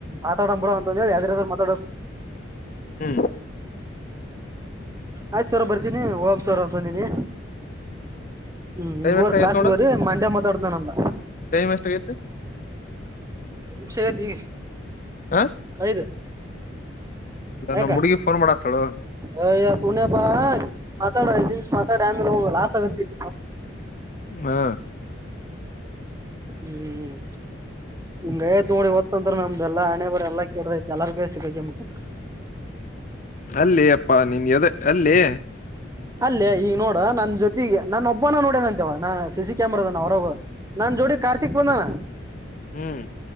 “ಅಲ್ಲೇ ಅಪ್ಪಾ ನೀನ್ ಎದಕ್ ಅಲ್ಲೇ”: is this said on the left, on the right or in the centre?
Left